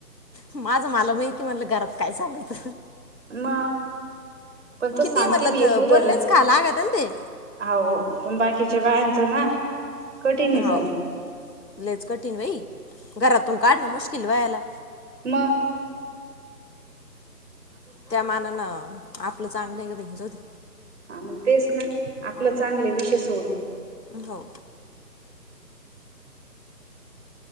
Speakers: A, on the left; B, on the right.
A: माझं मला माहते म्हणलं घरात काय चालत.
B: म पण तस
A: किती
B: सांगते
A: म्हणलं
B: मी
A: तर
B: एक उदाहरण.
A: बोलणेच खा लागत ना ते
B: आओ पण बाकीच्या बायांचं ना. कठीण आहे
A: हो
B: जरा
A: लईच कठीण बाई घरातून काढणं मुश्किल बायाला.
B: म.
A: त्या मानान आपलं चांगलंय ग बाई जाउदे.
B: हा मग तेच ना आपलं चांगले विषय सोल.
A: हो.